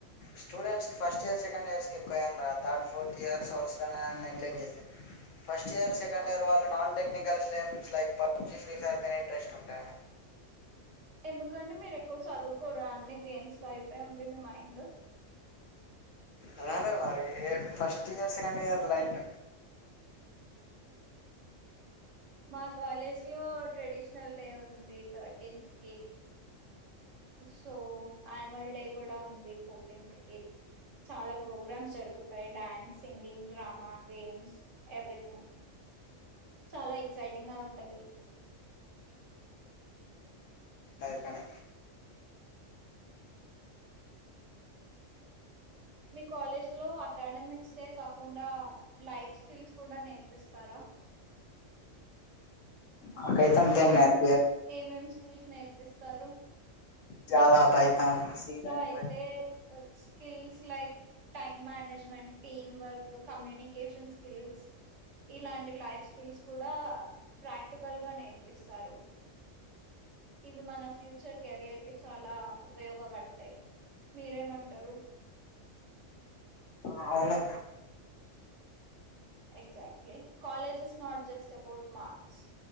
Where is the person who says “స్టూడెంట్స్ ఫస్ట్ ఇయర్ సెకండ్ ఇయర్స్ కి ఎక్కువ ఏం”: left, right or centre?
Left